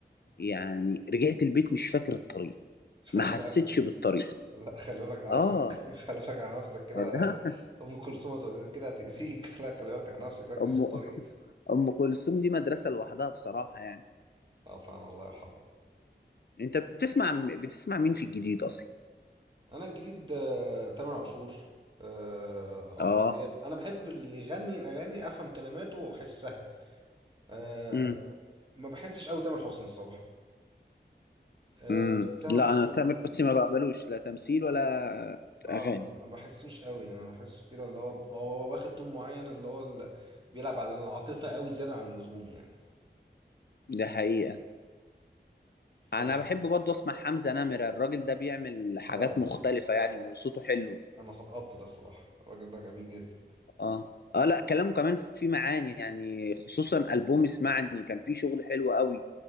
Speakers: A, on the left (about 60°); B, on the right (about 25°).
A: يعني رجعت البيت مش فاكر الطريق
B: <laughs>
A: ما
B: لا يا
A: حسيتش
B: جماعة.
A: بالطريق
B: لا خلي بالك على
A: اه
B: نفسك <laughs> خلي بالك على نفسك كده
A: لا
B: ام كلثوم هت- كده هتاذيك <laughs> لا خلي بالك على نفسك ركز
A: ام
B: في الطريق
A: ام كلثوم دي مدرسه لوحدها بصراحه يعني
B: اه فعلا الله يرحمه
A: انت بتسمع بتسمع مين في الجديد اصلا
B: انا الجديد آه، تامر عاشور آه،
A: اه
B: عمرو دياب انا بحب اللي يغني الاغاني افهم كلماته واحسها أه
A: امم
B: ما بحسش قوي تامر حسني الصراحه أه
A: امم
B: تامر
A: لا
B: حسني
A: انا تامر حسني ما بقبلوش لا تمثيل ولا
B: اه
A: اغاني
B: ما بحسوش قوي يعني انا بحسه كده اللي هو هو هو واخد طول معين اللي هو ال- بيلعب على العاطفة قوي زيادة عن اللزوم يعني
A: ده حقيقه
B: فعشان
A: انا بحب برضه اسمع حمزة نمرة الراجل ده بيعمل حاجات
B: لا لا
A: مختلفة
B: لا.
A: يعني وصوته حلو
B: انا سقطت ده الصراحة الراجل ده جميل جدا
A: اه اه لا كلامه كمان فيه معاني يعني خصوصا ألبوم اسمعني كان فيه شغل حلو قوي